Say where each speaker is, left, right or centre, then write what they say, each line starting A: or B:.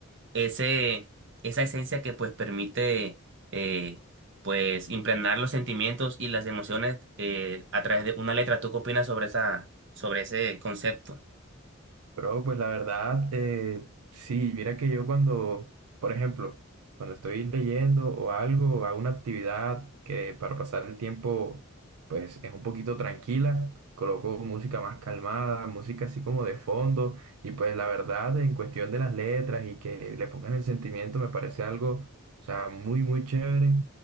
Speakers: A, on the right; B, on the right.
A: ese, esa esencia que pues permite eh, pues impregnar los sentimientos y las emociones eh, a través de una letra. ¿Tú qué opinas sobre esa, sobre ese concepto?
B: Bro, pues la verdad, eh, sí, mira que yo cuando, por ejemplo, cuando estoy leyendo o algo, o hago una actividad que para pasar el tiempo, pues es un poquito tranquila, coloco música más calmada, música así como de fondo, y pues la verdad, en cuestión de las letras y que le pongan el sentimiento, me parece algo, o sea, muy, muy chévere,